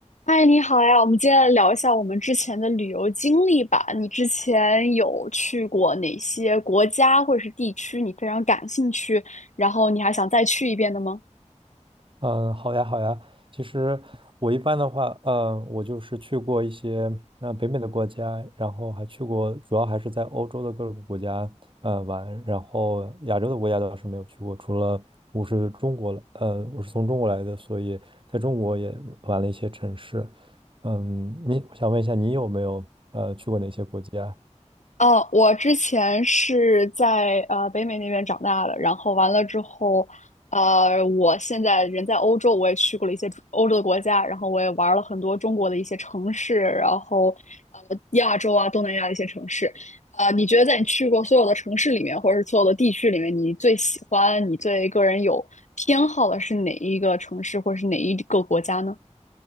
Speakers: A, on the left (about 70°); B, on the right (about 45°).
A: 嗨，你好呀！我们接来聊一下我们之前的旅游经历吧。你之前有去过哪些国家或者是地区，你非常感兴趣，然后你还想再去一遍的吗？
B: 嗯，呃好呀，好呀。其实我一般的话，嗯，我就是去过一些呃北美的国家，然后还去过，主要还是在欧洲的各个国家呃玩，然后亚洲的国家倒是没有去过，除了我是中国，呃，我是从中国来的，所以在中国也玩了一些城市。嗯，你，我想问一下，你有没有呃去过哪些国家？
A: 哦，我之前是在呃北美那边长大的，然后完了之后，呃，我现在人在欧洲，我也去过了一些欧洲的国家，然后我也玩了很多中国的一些城市，然后呃亚洲啊东南亚的一些城市，呃，你觉得在你去过所有的城市里面，或者是所有的地区里面，你最喜欢、你最个人有偏好的是哪一个城市，或者是哪一个国家呢？